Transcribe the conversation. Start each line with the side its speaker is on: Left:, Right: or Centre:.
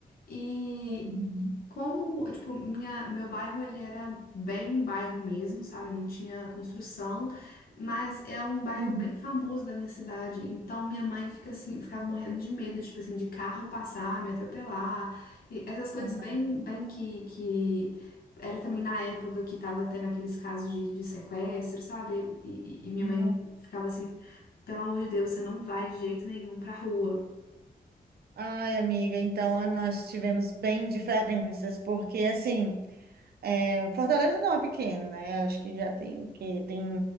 Left: E
Right: Uhum.
Left: Como, tipo, minha, meu bairro, ele era bem bairro mesmo, sabe? Não tinha construção, mas é um bairro
Right: Uhum.
Left: bem famoso da minha cidade. Então, minha mãe fica assim, ficava morrendo de medo, tipo assim, de carro passar, me atropelar. E essas coisas
Right: Ah,
Left: bem, bem que, que... Era também na época que tava tendo aqueles casos de, de sequestro, sabe? E, e e minha
Right: nossa.
Left: mãe ficava assim, pelo amor de Deus, você não vai de jeito nenhum pra rua.
Right: Ai, amiga, então ah, nós tivemos bem diferenças, porque assim, é, Fortaleza não é pequena, né? Acho que já tem o quê? Tem,